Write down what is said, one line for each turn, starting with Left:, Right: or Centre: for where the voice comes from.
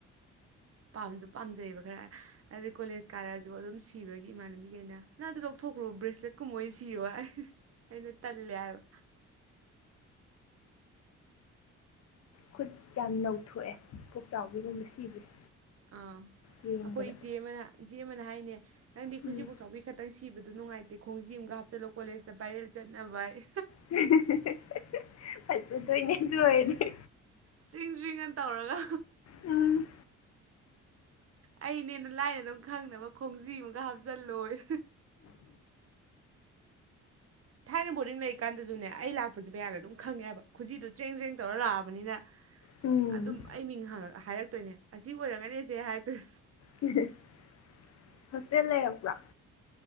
Right: ꯄꯥꯝꯁꯨ ꯄꯥꯝꯖꯩꯌꯦꯕ ꯈꯔ ꯑꯩꯗꯤ ꯀꯣꯂꯦꯖ ꯀꯥꯔꯛꯑꯁꯨ ꯑꯗꯨꯝ ꯁꯤꯕꯒꯤ ꯏꯃꯥꯟꯅꯕꯤꯈꯩꯅ ꯅꯪ ꯑꯗꯨ ꯂꯧꯊꯣꯛꯈ꯭ꯔꯣ ꯕ꯭ꯔꯦꯁꯂꯦꯠ ꯀꯨꯝꯕ ꯑꯣꯏꯅ ꯁꯤꯌꯣ ꯍꯥꯏ ꯑꯩꯅ ꯇꯜꯂꯦ ꯍꯥꯏꯕ
Left: ꯈꯨꯠ ꯌꯥꯝ ꯅꯧꯊꯣꯛꯑꯦ ꯄꯨꯞ ꯆꯥꯎꯕꯤꯒꯨꯝꯕ ꯁꯤꯕꯁꯦ
Right: ꯑꯥ
Left: ꯌꯦꯡꯕꯗ
Right: ꯑꯩꯈꯣꯏ ꯏꯆꯦ ꯑꯃꯅ ꯏꯆꯦ ꯑꯃꯅ ꯍꯥꯏꯅꯦ ꯅꯪꯗꯤ ꯈꯨꯖꯤ
Left: ꯎꯝ
Right: ꯄꯣꯞ ꯆꯥꯎꯕꯤ ꯈꯛꯇꯪ ꯁꯤꯕꯗꯣ ꯅꯨꯡꯉꯥꯏꯇꯦ ꯈꯣꯡꯖꯤ ꯑꯃꯒ ꯍꯥꯞꯆꯤꯜꯂꯣ ꯀꯣꯂꯦꯖꯇ ꯚꯥꯏꯔꯦꯜ ꯆꯠꯅꯕ ꯑꯌꯦ
Left: <unintelligible> ꯐꯖꯗꯣꯏꯅꯤ ꯑꯗꯨ ꯑꯣꯏꯔꯗꯤ
Right: ꯖꯔꯤꯡ ꯖꯔꯤꯡꯉꯅ ꯇꯧꯔꯒ
Left: ꯎꯝ
Right: ꯑꯩꯅꯦꯅ ꯂꯥꯏꯅ ꯑꯗꯨꯝ ꯈꯪꯅꯕ ꯈꯣꯡꯖꯤ ꯑꯃꯒ ꯍꯥꯞꯆꯜꯂꯣꯌꯦ ꯊꯥꯏꯅ ꯕꯣꯔꯗꯤꯡ ꯂꯩꯔꯤꯀꯥꯟꯗꯁꯨꯅꯦ ꯑꯩ ꯂꯥꯛꯄꯁꯦ ꯃꯌꯥꯝꯗ ꯑꯗꯨꯝ ꯈꯪꯉꯦꯕ ꯈꯨꯖꯤꯗꯣ ꯆ꯭ꯔꯦꯡ ꯆ꯭ꯔꯦꯡ ꯇꯧꯔ ꯂꯥꯛꯑꯕꯅꯤꯅ
Left: ꯎꯝ
Right: ꯑꯗꯨꯝ ꯑꯩ ꯃꯤꯡ ꯍꯥꯏꯔꯛꯇꯣꯏꯅꯦ ꯑꯁꯤ ꯑꯣꯏꯔꯒꯅꯦꯁꯦ ꯍꯥꯗꯣꯏ
Left: <unintelligible> ꯍꯣꯁꯇꯦꯜ ꯂꯩꯔꯛꯄꯔꯣ